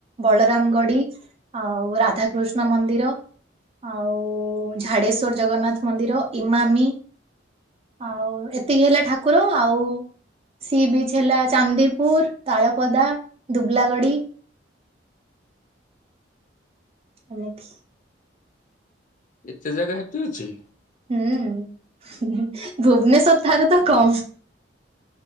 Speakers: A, on the right; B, on the left.
A: ବଳରାମଗଡି ଆଉ ରାଧାକୃଷ୍ଣ ମନ୍ଦିର ଆଉ ଝାଡେଶ୍ଵର ଜଗନ୍ନାଥ ମନ୍ଦିର ଇମାମି। ଆଉ ଏତିକି ହେଲା ଠାକୁର ଆଉ ସି ବିଚ ହେଲା ଚାନ୍ଦିପୁର ତାଳପଦା ଦୁବଲାଗଡି। ଅନମେକ।
B: ଏତେ ଜାଗା ହେଠ ଅଛି।
A: ହୁଁ ଭୁବନେଶ୍୍ୱର ଥରେ ତ କମ୍